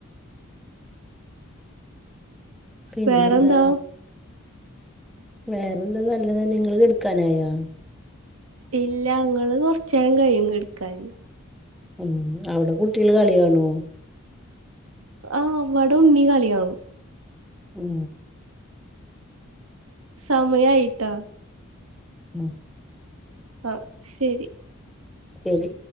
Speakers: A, in the centre; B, on the right.
A: പിന്നെന്താ.
B: വേറെന്താ
A: വേറെന്താ നല്ലതന്നെ നിങ്ങള് കെടുക്കാനായോ.
B: ഇല്ല അങ്ങള് കൊറച്ചേരം കഴിയും കെടുക്കാന്.
A: ഉം അവിടെ കുട്ടികള് കളിയാണോ.
B: ആഹ് വടെ ഉണ്ണി കളി കാണും.
A: ഉം
B: സമയായിട്ടാ.
A: ഉം
B: ആഹ് ശരി.
A: ശരി.